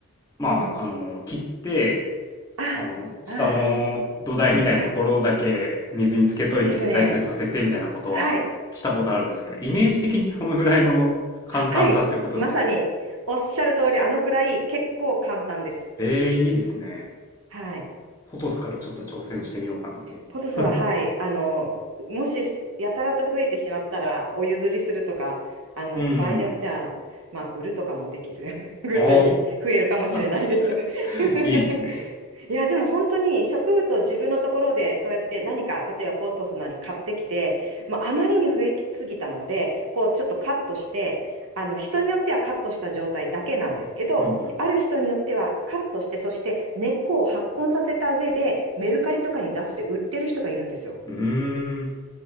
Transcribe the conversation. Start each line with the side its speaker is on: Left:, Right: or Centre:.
Left: まあ、
Right: お、
Left: あのー切って、
Right: あ、
Left: あの、下の土台みたいなところだけ水につけといて再生させてみたいなことはしたことあるんですけど、
Right: ああ。はい。いいですね。はい。
Left: イメージ的にそのぐらいの簡単さってことですか
Right: はい。まさに、おっしゃる通り、あのくらい結構簡単です。
Left: えーいいですね。
Right: はい。
Left: ポトスからちょっと挑戦してみようかなと。
Right: ポトスは、
Left: <laughs>
Right: はい。あの、もし、やたらと増えてしまったら、お譲りするとか、あの、
Left: うん。
Right: 場合によっては、まあ、売るとかもできる <laughs> ぐらい増えるかもしれないです
Left: ああ、
Right: <laughs>
Left: <laughs> いいですね。
Right: いや、でも本当に植物を自分のところでそうやって何か、例えばポットスなり買ってきて、もうあまりに増えすぎたので、こうちょっとカットして、あの人によってはカットした状態だけなんですけど、
Left: うん
Right: ある人によってはカットして、そして根っこを発根させた上でメルカリとかに出して売ってる人がいるんですよ。
Left: うん。うーん。